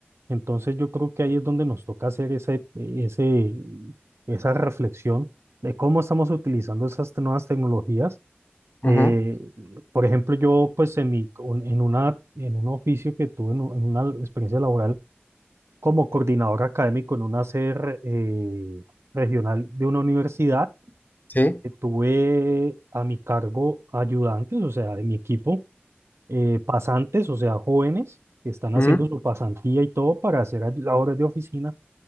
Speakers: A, on the right; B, on the left.
A: Entonces yo creo que ahí es donde nos toca hacer ese, ese, esa reflexión de cómo estamos utilizando esas te- nuevas tecnologías
B: Ujú,
A: Eh, por ejemplo, yo pues en, mi, un- en, una, en un oficio que tuve, en, u- en una experiencia laboral como coordinador académico en una sede re- eh, regional de una universidad,
B: Sí,
A: eh, tuve a mi cargo ayudantes, o sea, de mi equipo, eh, pasantes, o sea, jóvenes que están haciendo
B: ujú,
A: su pasantía y todo para hacer ay- labores de oficina.